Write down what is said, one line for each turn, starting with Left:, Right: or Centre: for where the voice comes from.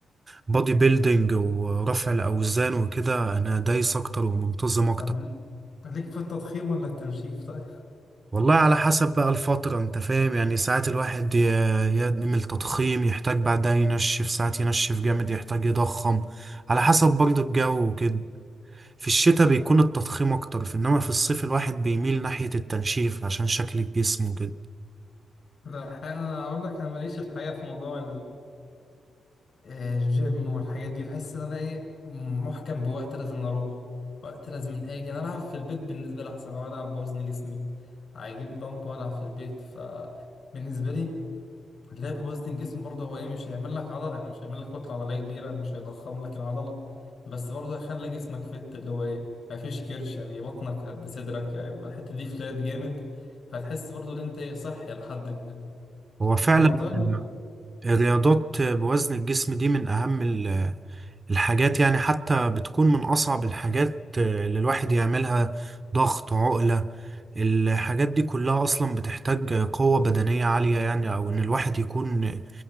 Right: البودي بيلدينج ورفع الأوزان وكده أنا دايس أكتر ومنتظم أكتر
Left: طب ليك في التضخيم ولا التنشيف طيب
Right: والله على حسب بقى الفترة انت فاهم يعني ساعات الواحد ي- يعمل تضخيم يحتاج بعدها ينشف ساعات ينشف جامد يحتاج يضخم على حسب برضه الجو وكده في الشتاء بيكون التضخيم اكتر في انما في الصيف الواحد بيميل ناحية التنشيف عشان شكل الجسم وكده
Left: لا الحقيقة انا اقول لك انا ماليش الحقيقه في موضوع آه، جيم والحاجات دي بحس ان انا ايه محكم بوقت لازم اروح وقت لازم اجي انا العب في البيت بالنسبه لي احسن لو العب بوزن جسمي هجيب دمب والعب في البيت فبالنسبه لي اللعب بوزن جسم برضه هو ايه مش هيعمل لك عضله يعني مش هيعمل لك كتله عضليه كبيره مش هيضخم لك العضله بس برضه هيخلي جسمك فت اللي هو ايه ما فيش كرش يعني بطنك قد صدرك يعني يبقى الحته دي فلات جامد فتحس برضه ان انت ايه صحي لحد ما
Right: هو فعلا
Left: فموضوع
Right: الرياضات بوزن الجسم دي من اهم الحاجات يعني حتى بتكون من أصعب الحاجات آه، اللي الواحد يعملها ضغط عقلة الحاجات دي كلها أصلا بتحتاج قوة بدنية عالية يعني أو إن الواحد يكون